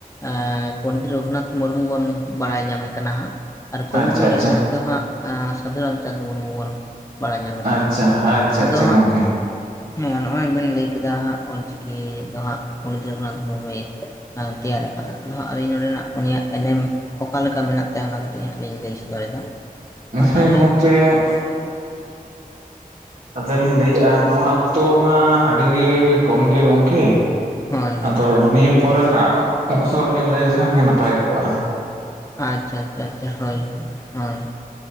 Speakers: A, on the left; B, on the right.
A: ᱮᱸᱻ ᱯᱚᱱᱰᱤᱛ ᱨᱚᱜᱷᱩᱱᱟᱛᱷ ᱢᱩᱨᱢᱩ ᱵᱚᱱ ᱵᱟᱲᱟᱭ ᱧᱟᱢᱮ ᱠᱟᱱᱟ ᱦᱟᱸᱜ᱾ ᱟᱨ ᱠᱚᱵᱤ
B: ᱟᱪᱪᱷᱟ
A: ᱜᱩᱨᱩ
B: ᱟᱪᱪᱷᱟ
A: ᱞᱮᱠᱟ ᱛᱮᱫᱚ ᱦᱟᱸᱜ ᱟᱸ ᱥᱟᱹᱫᱷᱩ ᱨᱟᱢᱪᱟᱸᱫᱽ ᱢᱩᱨᱢᱩ ᱵᱚᱱ ᱵᱟᱲᱟᱭ ᱧᱟᱢᱮ
B: ᱟᱪᱪᱷᱟ
A: ᱠᱟᱱᱟ᱾
B: ᱟᱪᱪᱷᱟ
A: ᱟᱫᱚ
B: ᱟᱪᱪᱷᱟ ᱜᱚᱝᱠᱮ
A: ᱦᱟᱸᱜ ᱦᱮᱸ ᱱᱚᱜ-ᱚᱭ ᱵᱮᱱ ᱞᱟᱹᱭ ᱠᱮᱫᱟ ᱦᱟᱸᱜ ᱚᱞᱪᱤᱠᱤ ᱫᱚ ᱦᱟᱸᱜ ᱯᱚᱱᱰᱤᱛ ᱨᱚᱜᱷᱩᱱᱟᱛᱷ ᱢᱩᱨᱢᱩᱭ ᱮᱸ, ᱛᱮᱭᱟᱨ ᱟᱠᱟᱫᱟ᱾ ᱟᱫᱚ ᱦᱟᱸᱜ ᱟᱹᱞᱤᱧ ᱱᱚᱸᱰᱮᱱᱟᱜ ᱩᱱᱤᱭᱟᱜ ᱮᱱᱮᱢ ᱚᱠᱟ ᱞᱮᱠᱟ ᱢᱮᱱᱟᱜ ᱛᱟᱭᱟ ᱚᱱᱟ ᱠᱟ ᱠᱟᱹᱴᱤᱡ ᱦᱟᱸᱜ ᱞᱤᱧ ᱞᱟᱹᱭ ᱥᱚᱫᱚᱨ ᱮᱫᱟ, ᱢᱟ
B: ᱦᱮᱸ
A: ᱛᱟᱦᱞᱮ
B: ᱜᱚᱝᱠᱮ ᱟᱫᱚ ᱞᱤᱧ ᱞᱟᱹᱭᱮᱜ-ᱟ ᱱᱚᱣᱟ ᱚᱠᱛᱚ ᱢᱟ ᱟᱹᱰᱤ ᱜᱮ ᱠᱚᱢ ᱜᱮ ᱜᱚᱝᱠᱮ᱾
A: ᱦᱳᱭ ᱦᱳᱭ
B: ᱟᱫᱚ ᱱᱤᱭᱟᱹ ᱯᱚᱨᱮ ᱱᱟᱜ ᱚᱠᱛᱚ ᱨᱮᱵᱤᱱ ᱞᱟᱹᱭ ᱞᱮᱠᱷᱟᱱ ᱜᱮ ‌ᱱᱟᱯᱟᱭ ᱠᱚᱜ-ᱟ᱾
A: ᱟᱪᱪᱷᱟ ᱪᱷᱟ ᱪᱷᱟ ᱪᱷᱟ, ᱦᱳᱭ ᱦᱳᱭ᱾